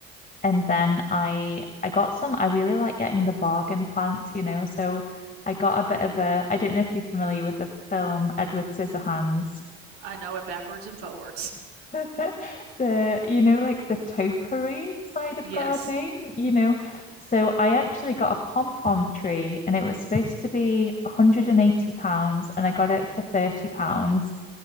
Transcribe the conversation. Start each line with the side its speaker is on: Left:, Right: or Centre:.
Left: and then I I got some, I really like getting the bargain plants, you know. So I got a bit of a, I don't know if you're familiar with the film Edward Scissorhands.
Right: I know it backwards and forwards.
Left: <laughs> The, you know, like the topiary side of
Right: Yes.
Left: gardening, you know. So I actually got a pom-pom tree and it was supposed to be 180 pounds and I got it for 30 pounds.